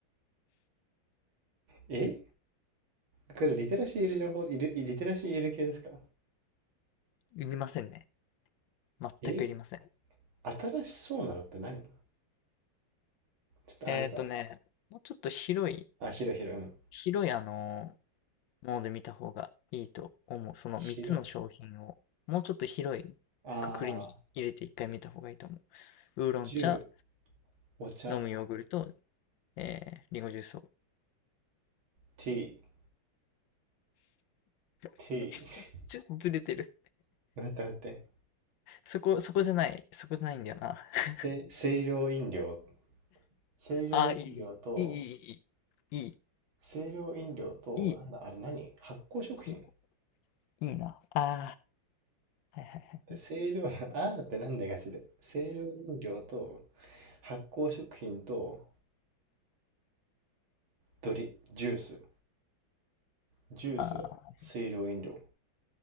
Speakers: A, on the right (about 80°); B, on the left (about 75°).
A: えこれリテラシーいる情報、いる、リテラシーいる系ですか
B: いりませんね。全くいりません。
A: え新しそうなのって何ちょっとアンサー。
B: えっとね、もうちょっと広い、
A: あ、広い広い。うん。
B: 広いあのモーで見た方がいいと思う。その3つの商品を、
A: 広い。
B: もうちょっと広い
A: あー、
B: くくりに入れて一回見た方がいいと思う。ウーロン茶、
A: ジュー、お茶、
B: 飲むヨーグルト、えー、リンゴジュースを。
A: ティー、ティー。
B: <laughs> ちょっとずれてる。
A: <laughs> 待って待って。
B: そこ、そこじゃない。そこじゃないんだよな。<laughs>
A: せ清涼飲料。清涼飲料と、
B: あー、いい、いい、いい、いい、
A: 清涼飲料と、
B: いい、
A: なんだ、あれ何発酵食品
B: いい、いいな。あー、はいはいはい。
A: で、清涼、<laughs> あーってなんだガチで。清涼飲料と、発酵食品と、ドリ、ジュース。ジュースは清涼飲料。
B: あ